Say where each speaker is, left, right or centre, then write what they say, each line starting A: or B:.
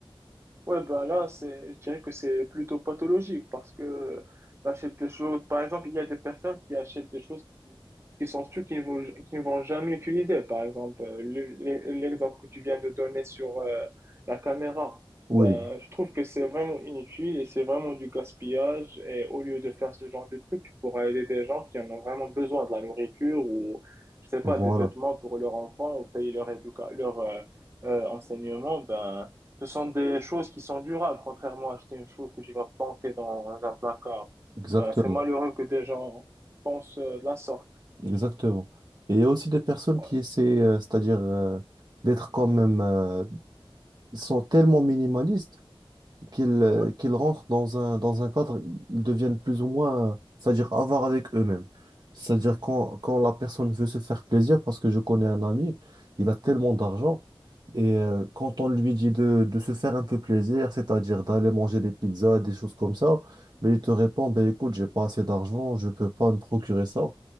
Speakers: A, on the right (about 30°); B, on the right (about 50°).
A: Ouais, bah là, c'est, je dirais que c'est plutôt pathologique parce que t'achètes des choses. Par exemple, il y a des personnes qui achètent des choses qui, qui sont sûres qu'ils ne vont, qu'ils ne vont jamais utiliser. Par exemple, euh, le- le- l'exemple que tu viens de donner sur euh, la caméra.
B: Oui,
A: Ben, je trouve que c'est vraiment inutile et c'est vraiment du gaspillage. Et au lieu de faire ce genre de truc, tu pourras aider des gens qui en ont vraiment besoin, de la nourriture ou, je sais pas,
B: voilà,
A: des vêtements pour leurs enfants ou payer leur éducation, leur euh, euh, enseignement. Ben, ce sont des choses qui sont durables, contrairement à acheter une chose que tu vas planquer dans un placard.
B: exactement,
A: Euh, c'est malheureux que des gens pensent euh, de la sorte.
B: exactement. Et il y a aussi des personnes
A: Ouais,
B: qui essaient, euh, c'est-à-dire euh, d'être quand même, euh, ils sont tellement minimalistes qu'ils euh,
A: ouais,
B: qu'ils rentrent dans un, dans un cadre, ils deviennent plus ou moins, euh, c'est-à-dire avares avec eux-mêmes. C'est-à-dire quand, quand la personne veut se faire plaisir, parce que je connais un ami, il a tellement d'argent, et euh, quand on lui dit de, de se faire un peu plaisir, c'est-à-dire d'aller manger des pizzas, des choses comme ça, mais il te répond, ben écoute, j'ai pas assez d'argent, je peux pas me procurer ça.